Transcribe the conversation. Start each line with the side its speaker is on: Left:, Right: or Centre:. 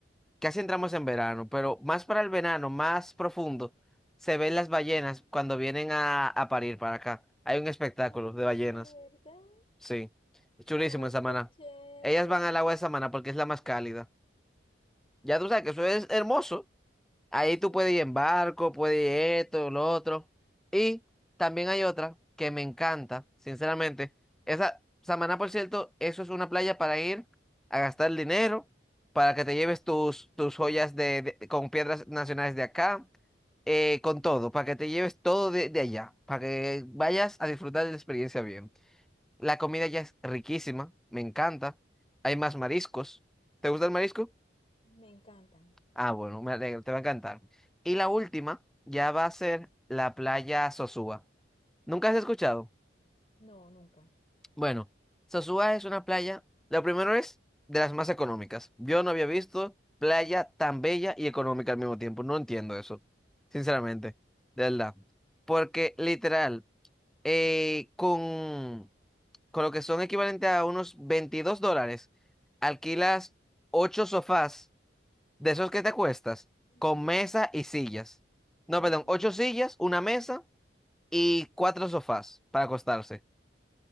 Centre: casi entramos en verano, pero más para el verano, más profundo, se ven las ballenas cuando vienen a, a parir para acá. Hay un espectáculo
Left: ay,
Centre: de ballenas,
Left: ¿de verdad?
Centre: sí. es Chulísimo
Left: Ay,
Centre: en Samaná.
Left: qué chévere.
Centre: Ellas van al agua de Samaná porque es la más cálida. Ya tú sabes que eso es hermoso. Ahí
Left: Sí,
Centre: tú puedes ir en barco, puedes ir esto, lo otro. Y también hay otra que me encanta, sinceramente. Esa, Samaná, por cierto, eso es una playa para ir a gastar el dinero, para que te lleves tus, tus joyas de, de- con piedras nacionales de acá, eh, con todo, para que te lleves todo de, de allá, para que vayas a disfrutar de la experiencia bien. La comida ya es riquísima, me encanta. Hay más mariscos. ¿Te gusta el marisco?
Left: me encantan.
Centre: Ah, bueno, me alegro, te va a encantar. Y la última ya va a ser la playa Sosúa. ¿Nunca has escuchado?
Left: No, nunca.
Centre: Bueno, Sosúa es una playa, lo primero es de las más económicas. Yo no había visto playa tan bella y económica al mismo tiempo. No entiendo eso, sinceramente, de verdad. Porque literal, eh, con, con lo que son equivalente a unos 22 dólares, alquilas 8 sofás De esos que te acuestas,
Left: Ujú.
Centre: con mesa y sillas. No,
Left: Oh,
Centre: perdón, ocho sillas, una mesa y cuatro sofás para acostarse.